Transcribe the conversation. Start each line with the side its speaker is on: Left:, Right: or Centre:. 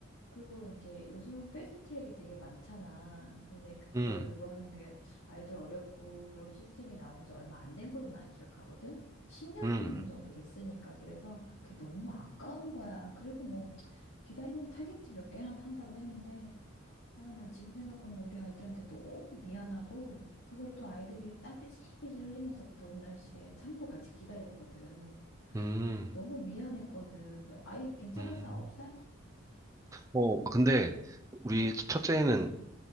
Left: 그거 이제 요즘은 패스트 트랙이 되게 많잖아. 근데 그때
Right: 음.
Left: 그거 하는 게 아이들 어렵고 그런 시스템이 나온 지 얼마 안 된 걸로 난 기억하거든? 10년
Right: 음.
Left: 정도 됐으니까. 그래서 그게 너무 아까운 거야. 그리고 뭐 기다리면 타겠지 몇 개나 탄다고 했는데, 아, 난 지금 생각하면 우리 아이들한테 너무 미안하고, 그걸 또 아이들이 땀 삐질삐질 흘리면서 그 더운 날씨에 참고 같이 기다렸거든.
Right: 음.
Left: 너무 미안했거든. 너 아이 괜찮았어?
Right: 음.
Left: 아홉 살?
Right: 어, 근데 우리 첫째는